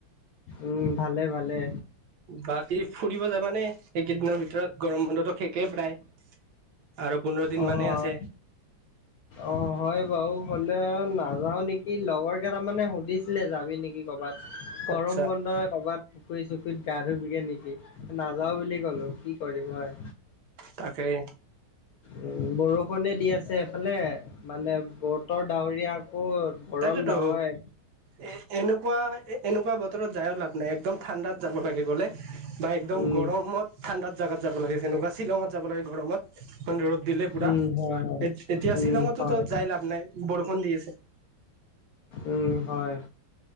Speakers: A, on the left (about 75°); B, on the right (about 65°).
A: উম, ভালে ভালে।
B: বাকী ফুৰিব যাবানে, এইকেইদিনৰ ভিতৰত গৰম বন্ধতো শেষেই প্ৰায়। আৰু পোন্ধৰ দিন
A: অ'।
B: মানেই আছে
A: অ' হয় বাৰু, হলে নাযাও নেকি লগৰ কেইটাৰমানয়ে সুধিছিলে যাবি নেকি। কৰবাত গৰম
B: আচ্ছা
A: বন্ধই কৰবাত পুখুৰী চুখুৰীত গা ধুবিগে নেকি। নাযাও বুলি কলো, কি কৰিম হয়।
B: তাকেই।
A: উ, বৰষুণে দি আছে এফালে মানে বতৰ ডাৱৰীয়া। আকৌ গৰম
B: তাকেতো।
A: নহয়।
B: এ এনেকুৱা এ এনেকুৱা বতৰত যায়ো লাভ নাই একদম ঠাণ্ডাত যাব লাগে গলে। বা একদম
A: উম
B: গৰমত ঠাণ্ডাত জাগাত যাব লাগে যেনেকুৱা শ্বিলঙত যাব লাগে গৰমত। মানে ৰ'দ দিলে পুৰা,
A: উম হয় হয়
B: এতিয়া শ্বিলঙতোতো
A: উম হয়
B: যাই লাভ নাই বৰষুণ দি আছে।
A: উম, হয়।